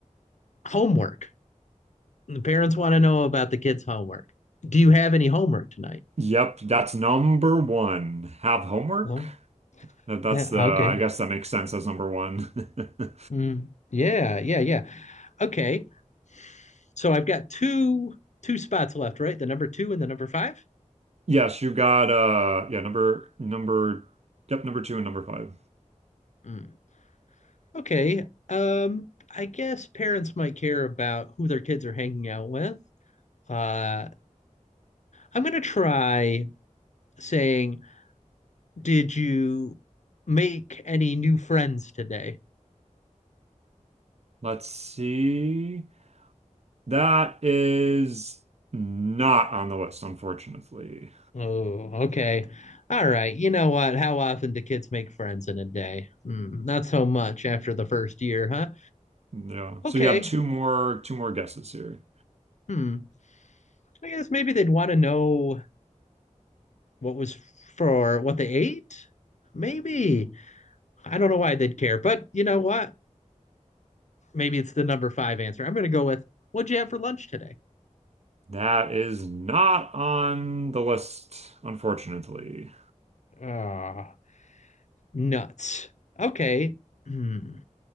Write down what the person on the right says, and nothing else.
Yep, that's number one. Have homework?
That- That's
the, I
guess that makes sense as number one. <laughs>
Yes, you got uh yeah, number number yep, number two and number five.
Let's see. That is not on the list, unfortunately.
No.
So you have two more two more guesses here.
That is not on the list, unfortunately.